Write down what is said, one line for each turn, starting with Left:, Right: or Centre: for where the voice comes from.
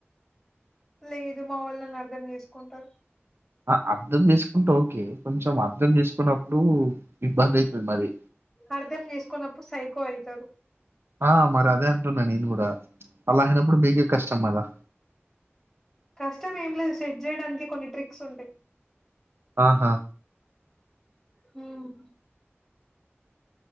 Centre: లేదు మా వాళ్లు నన్ను అర్ధం చేసుకుంటరు
Right: ఆ అర్థం చేసుకుంటే ఓకే కొంచెం అర్థం చేసుకోనప్పుడు ఇబ్బంది అయితది మరి
Centre: అర్థం చేసుకున్నప్పుడు సైకో అయితారు
Right: ఆ మరి అదే అంటున్నా నేను కూడా అలా అయినప్పుడు మీకే కష్టం కదా
Centre: కష్టం ఏం లేదు సెట్ చేయడానికి కొన్ని ట్రిక్స్ ఉంటాయి
Right: ఆహా
Centre: హ్మ్